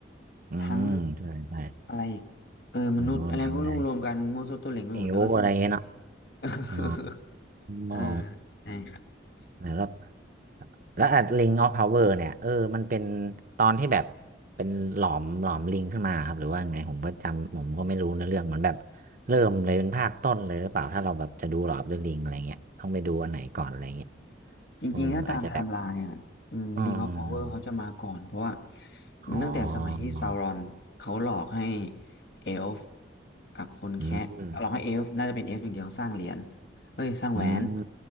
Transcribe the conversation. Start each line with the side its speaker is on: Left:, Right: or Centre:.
Right: อืมใช่ใช่
Left: ทั้งอะไรอีกเออมนุษย์อะไรก็ไม่รู้รวมกันมั่วซั่วตัวเหล็งไปหมดแต่ก็สนุกดี
Right: เออมันเลยเอวอะไรเงี้ยเนาะ อ๋อ
Left: <laughs> เออ
Right: อ๋อ
Left: ใช่ครับ
Right: แล้วแล้วอ่ะลิงออฟพาวเวอร์เนี่ยเออ มันเป็นตอนที่แบบเป็นหลอมหลอมลิงขึ้นมาครับหรือว่าไงผมก็จำผมก็ไม่รู้ในเรื่องเหมือนแบบเริ่มเลยเป็นภาคต้นเลยหรือเปล่าถ้าเราแบบจะดูหลอมเดอะลิงอะไรเงี้ยต้องไปดูอันไหนก่อนอะไรเงี้ย
Left: จริงๆ
Right: เอออาจจะแบบ
Left: ถ้าตามไทม์ไลน์อ่ะอืม
Right: อ๋อ
Left: Ring of Power เขาจะมาก่อนเพราะว่ามันตั้งแต่สมัยที่ซาวรอนเขาหลอกให้
Right: อ๋อ
Left: เอลฟ์กับคนแคะหลอกให้เอลฟ์น่าจะเป็นเอลฟ์อย่างเดียวสร้างเหรียญ
Right: อืม
Left: เอ้ยสร้างแหวน
Right: อืม